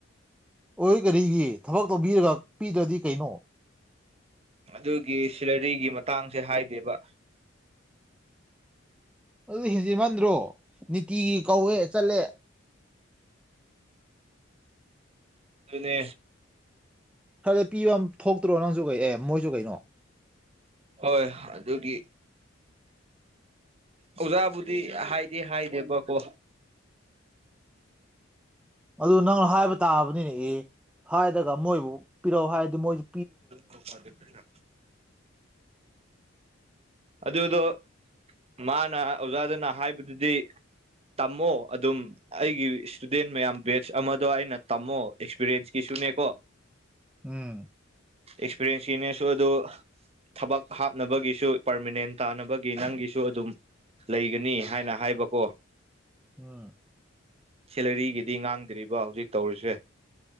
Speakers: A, in the centre; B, on the right (about 30°).
A: ꯑꯣꯏ ꯀꯔꯤꯒꯤ ꯊꯕꯛ ꯇꯧꯕꯤꯔꯒ ꯄꯤꯗ꯭ꯔꯗꯤ ꯀꯩꯅꯣ
B: ꯑꯗꯨꯒꯤ ꯁꯦꯂꯔꯤꯒꯤ ꯃꯇꯥꯡꯁꯦ ꯍꯥꯏꯗꯦꯕ
A: ꯑꯗꯨ ꯍꯦꯟꯖꯤꯃꯟꯗ꯭ꯔꯣ ꯅꯤꯇꯤꯒꯤ ꯀꯧꯋꯦ ꯆꯠꯂꯦ
B: ꯑꯗꯨꯅꯦ
A: ꯈꯔꯗꯤ ꯄꯤꯕ ꯑꯃ ꯊꯣꯛꯇ꯭ꯔꯣ ꯅꯪꯁꯨ ꯀꯩ ꯑꯦ ꯃꯣꯏꯁꯨ ꯀꯩꯅꯣ
B: ꯍꯣꯏ ꯑꯗꯨꯒꯤ ꯑꯣꯖꯥꯕꯨꯗꯤ ꯍꯥꯏꯗꯤ ꯍꯥꯏꯗꯦꯕꯀꯣ
A: ꯑꯗꯨ ꯅꯪꯅ ꯍꯥꯏꯕ ꯇꯥꯕꯅꯤꯅꯦ ꯑꯦ ꯍꯥꯏꯔꯒ ꯃꯣꯏꯕꯨ ꯄꯤꯔꯛꯎ ꯍꯥꯏꯔꯗꯤ ꯃꯣꯏꯁꯤ
B: <inaudible> ꯐꯗꯦ ꯄꯅ
A: <inaudible>
B: ꯑꯗꯨꯗꯣ ꯃꯥꯅ ꯑꯣꯖꯥꯗꯨꯅ ꯍꯥꯏꯕꯗꯨꯗꯤ ꯇꯝꯃꯣ ꯑꯗꯨꯝ ꯑꯩꯒꯤ ꯏꯁꯇꯨꯗꯦꯟ ꯃꯌꯥꯝ ꯕꯦꯁ ꯑꯃꯗꯣ ꯑꯩꯅ ꯇꯝꯃꯣ ꯑꯦꯛꯁꯄꯤꯔꯤꯟꯁꯀꯤꯁꯨꯅꯦꯀꯣ
A: ꯎꯝ
B: ꯑꯦꯛꯁꯄꯤꯔꯤꯌꯦꯟꯁꯀꯤꯅꯦꯁꯨ ꯑꯗꯨꯣ ꯊꯕꯛ ꯍꯥꯞꯅꯕꯒꯤꯁꯨ ꯄꯥꯔꯃꯤꯅꯦꯟ ꯇꯥꯅꯕꯒꯤ ꯅꯪꯒꯤꯁꯨ ꯑꯗꯨꯝ ꯂꯩꯒꯅꯤ ꯍꯥꯏꯅ ꯍꯥꯏꯕꯀꯣ
A: ꯑ
B: ꯁꯦꯂꯔꯤꯒꯤꯗꯤ ꯉꯥꯡꯗ꯭ꯔꯤꯕ ꯍꯧꯖꯤꯛ ꯇꯧꯔꯤꯁꯦ